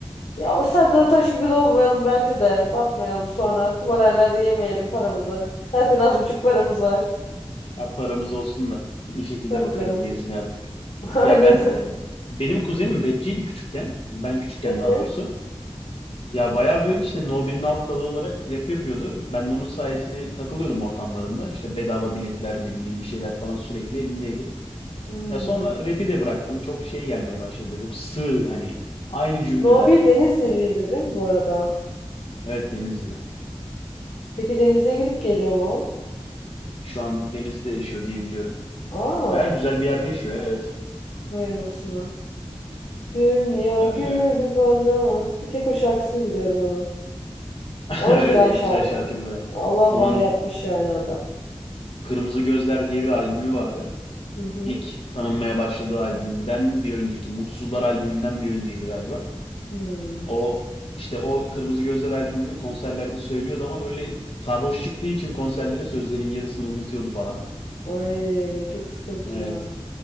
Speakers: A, on the left (about 80°); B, on the left (about 60°).
A: Ya o Serdar Taş gibi de olmayalım bence de. Batmayalım sonra. Kumarhanelerde yemeyelim paramızı. Zaten az buçuk paramız var.
B: Ya paramız olsun da bir şekilde
A: Tabii
B: bakarız
A: canım.
B: gerisine artık.
A: <laughs> Aynen
B: Ya ben
A: öyle.
B: benim kuzenim rapçiydi küçükken. Ben küçükken
A: Ee,
B: daha doğrusu. Ya bayağı böyle işte No 1'in alt dalı olarak rap yapıyordu. Ben de onun sayesinde takılıyordum ortamlarında. İşte bedava biletler ne bileyim bir şeyler falan sürekli elimdeydi.
A: hmm.
B: Ya sonra rap'i de bıraktım. Çok şey gelmeye başladı. Böyle çok sığ hani aynı cümleler.
A: No 1 Denizli'ydi değil mi bu arada?
B: Evet Denizli.
A: Peki Denizli'ye gidip geliyor mu?
B: Şu an Denizli'de yaşıyor diye biliyorum.
A: Aa,
B: Baya güzel bir yerde yaşıyor ya, evet.
A: vay anasını. Dünya
B: Öyle.
A: günü bana. Bir tek o şarkısını biliyorum onun.
B: <laughs>
A: Ama
B: Evet,
A: güzel
B: evet,
A: şarkı.
B: güzel şarkıydı baya.
A: Allah
B: Onun
A: var yapmış yani adam.
B: Kırmızı Gözler diye bir albümü vardı.
A: Hı hı.
B: İlk tanınmaya başladığı albümden bir önceki Mutsuzlar albümünden bir önceydi galiba.
A: Hmm.
B: O işte o Kırmızı Gözler albümünü konserlerde söylüyordu ama böyle sarhoş çıktığı için konserlere sözlerin yarısını unutuyordu falan.
A: Ay çok sıkıntı
B: Evet.
A: ya.